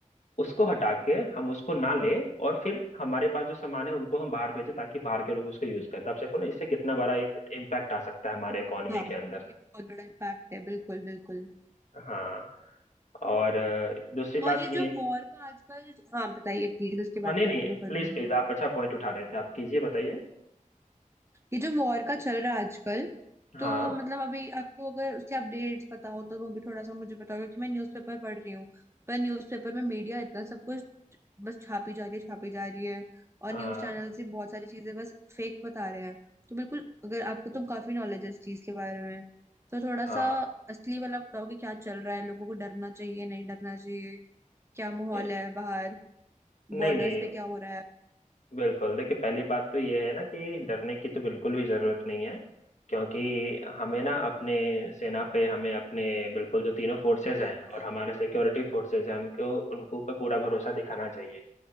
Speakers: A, on the left; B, on the right.
A: उसको हटा के हम उसको ना ले और फिर हमारे पास जो सामान है उनको हम बाहर भेजें ताकि बाहर के लोग उसको यूज करें तो आप देखो ना इससे कितना बड़ा एक इम्पैक्ट आ सकता है हमारे इकोनॉमी
B: हाँ
A: के अंदर
B: ये बहुत बड़ा इम्पैक्ट है बिल्कुल बिल्कुल
A: हाँ और अ, दूसरी बात
B: और ये
A: ये
B: जो वॉर का आजकल हाँ बताइए प्लीज उसके
A: हाँ
B: बाद
A: नहीं नहीं
B: कंटिन्यू करूंगी
A: प्लीज
B: मैं
A: प्लीज आप अच्छा पॉइंट उठा रहे थे आप कीजिए बताइए
B: ये जो वॉर का चल रहा है आजकल
A: हाँ
B: तो मतलब अभी आपको अगर उसके अपडेट्स पता हो तो वो भी थोड़ा सा मुझे बताओ क्योंकि मैं न्यूज़पेपर पढ़ रही हूँ पर न्यूज़पेपर में मीडिया इतना सब कुछ बस छापी जा रही है छापी जा रही है और
A: हाँ
B: न्यूज चैनल्स भी बहुत सारी चीजें बस फेक बता रहे हैं तो बिल्कुल अगर आपको तो काफी नॉलेज है इस चीज के बारे में तो थोड़ा
A: हाँ
B: सा असली वाला बताओ कि क्या चल रहा है लोगों को डरना चाहिए नहीं डरना चाहिए क्या माहौल
A: ए,
B: है बाहर
A: नहीं
B: बॉर्डर्स
A: नहीं
B: पे क्या हो रहा है
A: बिल्कुल देखिए पहली बात तो ये है ना कि डरने की तो बिल्कुल भी जरूरत नहीं है क्योंकि हमें ना अपने सेना पे हमें अपने बिल्कुल जो तीनों फोर्सेस
B: बिल्कुल
A: हैं और हमारे सिक्योरिटी फोर्सेस हैं हमको उनको पे पूरा भरोसा दिखाना चाहिए